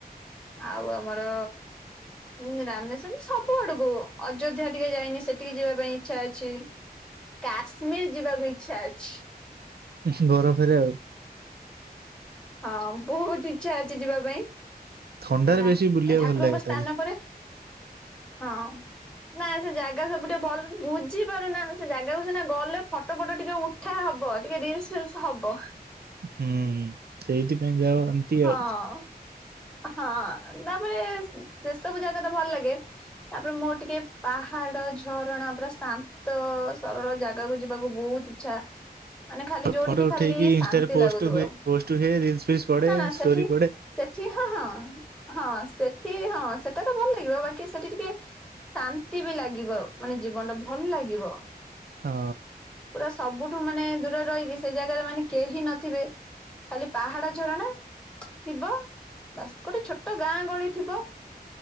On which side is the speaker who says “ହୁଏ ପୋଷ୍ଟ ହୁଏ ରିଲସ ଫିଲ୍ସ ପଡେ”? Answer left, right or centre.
Right